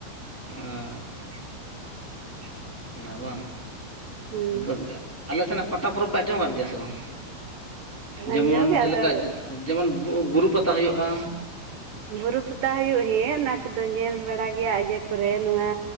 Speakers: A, in the centre; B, on the right.
A: ᱟᱪᱪᱷᱟᱻ
B: <inaudible>
A: ᱚᱱᱟ ᱵᱟᱝ,
B: ᱦᱩᱸ
A: ᱟᱫᱚ ᱟᱞᱮ ᱥᱮᱱᱟᱜ ᱯᱟᱛᱟ ᱯᱚᱨᱚᱵᱽ ᱯᱮ ᱟᱸᱡᱚᱢ ᱟᱠᱟᱫ ᱜᱮᱭᱟ ᱥᱮ ᱵᱟᱝ ᱡᱮᱢᱚᱱ
B: ᱟᱸᱡᱚᱢ ᱜᱮ
A: ᱡᱮᱞᱮᱠᱟ
B: ᱟᱫᱚ
A: ᱡᱮᱢᱚᱱ ᱵᱩᱜ ᱵᱩᱨᱩ ᱯᱟᱛᱟ ᱦᱳᱭᱳᱜᱼᱟ᱾
B: ᱵᱩᱨᱩ ᱯᱟᱛᱟ ᱦᱩᱭᱩᱜ ᱦᱮᱸ ᱚᱱᱟ ᱠᱚᱫᱚ ᱧᱮᱞ ᱵᱟᱲᱟ ᱜᱮᱭᱟ ᱤᱭᱟᱹ ᱠᱚᱨᱮ ᱱᱚᱣᱟ